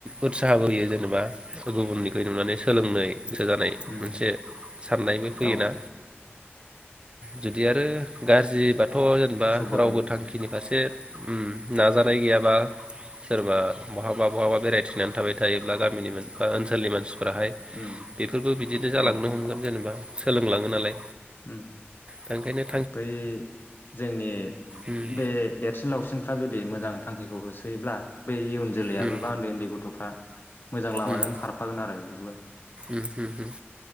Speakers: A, on the right (about 25°); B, on the left (about 55°).
A: उत्साहाबोयो जेनेबा गुबुननिख नुनानै सोलोंनाय गोसो जानाय
B: उम
A: मोनसे साननायबो फैयोना
B: औ
A: जुदि आरो गाज्रि बाथ्रा थ' जेनेबा
B: सुबुरन
A: रावबो थांखिनि फारसे नाजानाय गैयाबा सोरबा बहाबा बहाबा बेरायथिनानै थाबाय थायोब्ला गामिनि बा ओनसोलनि मानसिफोर फोराहाय
B: उम
A: बेफोरबो बिदिनो जालांनो
B: औ
A: हमगोन जेनेबा सोलोंलाङो नालाय
B: उम
A: दखायनो
B: बै जोंनि
A: उम
B: बे देरसिन सिन लावसिनफ्रा जुदि मोजां थांखिखौ होसोयोब्ला बै इयुन जोलैयाबबो
A: उम
B: बा उन्दै उन्दै गथ'फ्रा मोजां लामाजों
A: उम
B: खारफागोन आरो बेफोरबो
A: उम उम उम